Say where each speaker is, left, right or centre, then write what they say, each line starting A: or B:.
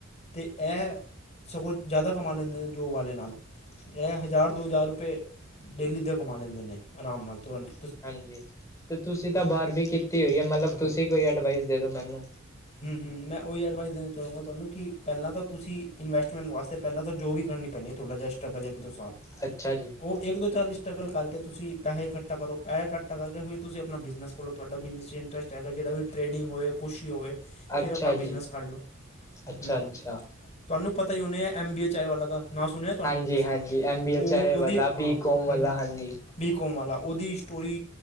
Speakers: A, on the left; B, on the left.
A: ਤੇ ਇਹ ਸਗੋਂ ਜ਼ਿਆਦਾ ਕਮਾ ਲੈਂਦੇ ਨੇ। ਜੋਬ ਵਾਲੇ ਨਾਲ। ਇਹ ਹਜ਼ਾਰ ਦੋ ਹਜ਼ਾਰ ਰੁਪਏ ਡੇਲੀ ਦਾ ਕਮਾ ਲੈਂਦੇ ਨੇ ਆਰਾਮ ਨਾਲ ਤੁਰੰਤ।
B: ਹਾਂਜੀ ਤੇ ਤੁਸੀਂ ਤਾਂ ਬਾਰਵੀ ਕੀਤੀ ਹੋਈ ਹੈ ਮਤਲਬ
A: ਹਾਂ
B: ਤੁਸੀਂ ਕੋਈ ਐਡਵਾਈਸ ਦੇ ਦੋ ਮੈਨੂੰ।
A: ਹ ਹ ਮੈਂ ਉਹੀ ਐਡਵਾਈਸ ਦੇਣਾ ਚਾਹੂੰਗਾ ਤੁਹਾਨੂੰ ਕਿ ਪਹਿਲਾਂ ਤਾਂ ਤੁਸੀਂ ਇਨਵੈਸਟਮੈਂਟ ਵਾਸਤੇ ਪਹਿਲਾਂ ਤਾ ਜੋਬ ਈ ਕਰਨੀ ਪਹਿਲੇ ਆ ਥੋੜਾ ਜਿਆ ਸਟਰਗਲ ਇਕ ਦੋ ਸਾਲ
B: ਅੱਛਾ ਜੀ
A: ਉਹ ਇੱਕ ਦੋ ਚਾਰ ਸਟਰਗਲ ਕਰ ਤੁਸੀਂ ਪੈਸੇ ਇਕੱਠਾ ਕਰੋ ਪੈਸੇ ਇਕੱਠਾ ਕਰਕੇ ਫਿਰ ਤੁਸੀਂ ਆਪਣਾ ਬਿਜ਼ਨਸ ਖੋਲੋ ਤੁਹਾਡਾ ਬਿਜ਼ਨ 'ਚ ਇੰਟਰਸਟ <unintelligible> ਜਿਹੜਾ ਵੀ ਟਰੇਡਿੰਗ ਹੋਵੇ ਕੁੱਛ ਹੀ ਹੋਵੇ ਫੇਰ
B: ਅੱਛਾ
A: ਆਪਣਾ
B: ਜੀ
A: ਬਿਜ਼ਨਸ ਕਰ ਲਓ
B: ਅੱਛਾ
A: ਹੂੰ
B: ਅੱਛਾ
A: ਤੁਹਾਨੂੰ ਪਤਾ ਹੀ ਹਨੇ ਆ ਐਮ ਬੀ ਏ ਚਾਏ ਵਾਲਾ ਦਾ ਨਾ ਸੁਣਿਆ ਤੁਹਾਂ
B: ਹਾਂਜੀ
A: ਤੁਸੀਂ
B: ਹਾਂਜੀ ਐਮ ਬੀ
A: ਉਹ
B: ਐਚ ਆਈ
A: ਉਹਦੀ
B: ਵਾਲਾ
A: ਹਾਂ
B: ਬੀ ਕੋਮ
A: ਹੂੰ
B: ਵਾਲਾ
A: ਹੂੰ
B: ਹਾਂਜੀ
A: ਬੀ ਕੌਮ ਵਾਲਾ ਉਹਦੀ ਸਟੋਰੀ